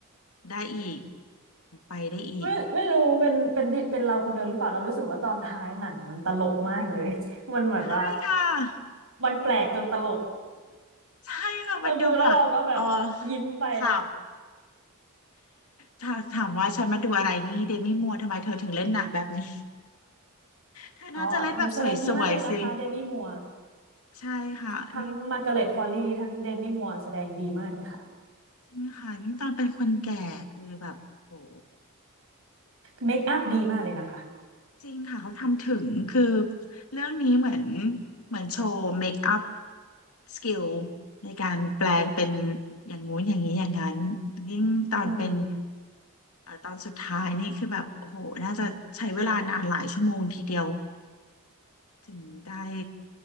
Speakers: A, on the left; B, on the right.
A: ได้อีกไปได้อีก
B: ไม่ไม่รู้เป็นเป็นดิเป็นเราคนเดียวหรือเปล่าเรารู้สึกว่าตอนท้ายหนังมันตลกมากเลย <laughs> มันแบบว่า
A: ใช่ค่ะ
B: มันแปลกจนตลก
A: ใช่ค่ะมันดูแบบเออ
B: <laughs> เราดูแล้วเราก็แบบยิ้มไป
A: ขำ ถ้าถามว่าฉันมาดูอะไรนี่เดมี่มัวร์ทำไมเธอถึงเล่นหนังแบบนี้เธอน่าจะเล่นแบบสวยๆสิ
B: ก็ดูแสดงดีมากเลยนะคะเดมี่มัวร์
A: ใช่ค่ะนี่
B: ทั้งมาร์กาเร็ตควอลลี่ทั้งเดมี่มัวร์แสดงดีมากเลยค่ะ
A: จริงค่ะยิ่งตอนเป็นคนแก่คือแบบโอ้
B: เมคอัพดีมากเลยนะคะ
A: จริงค่ะเขาทำถึงคือเรื่องนี้เหมือนเหมือนโชว์เมคอัพสกิลในการแปลงเป็นอย่างงู้นอย่างนี้อย่างนั้นยิ่งตอนเป็น
B: อืม
A: เอ่อตอนสุดท้ายนี่คือแบบโอ้โหน่าจะใช้เวลานานหลายชั่วโมงทีเดียว ถึงได้